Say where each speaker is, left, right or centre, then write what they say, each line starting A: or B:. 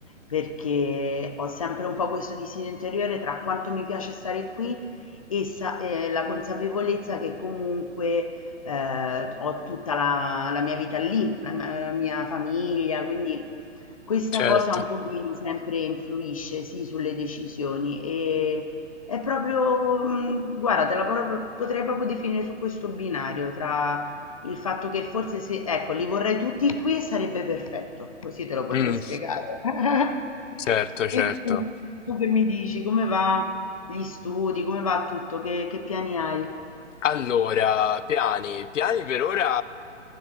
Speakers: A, on the left; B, on the left.
A: perché ho sempre un po' questo dissidio interiore tra quanto mi piace stare qui e sa- eh, la consapevolezza che comunque eh, ho tutta la, la mia vita lì, la mia la mia famiglia, quindi questa
B: Certo,
A: cosa un pochino sempre influisce, sì, sulle decisioni. E è proprio, mhmm, guarda, te la proprio potrei proprio definire su questo binario, tra il fatto che forse se ecco, li vorrei tutti qui e sarebbe perfetto, così te lo potrei
B: Mm,
A: spiegare. <laughs>
B: certo, certo.
A: E tu? Tu che mi dici? Come va gli studi? Come va tutto? Che che piani hai?
B: Allora, piani. Piani per ora.